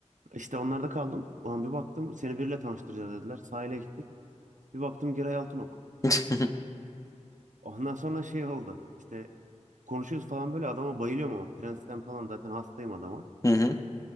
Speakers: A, on the right (about 85°); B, on the left (about 25°).
A: İşte onlarda kaldım. Ulan bir baktım seni biriyle tanıştıracağız dediler. Sahile gittik. Bir baktım Giray Altınok.
B: <laughs>
A: Ondan sonra şey oldu. İşte konuşuyoruz falan böyle adama bayılıyorum ama Prens'ten falan zaten hastayım adama.
B: Hı hı.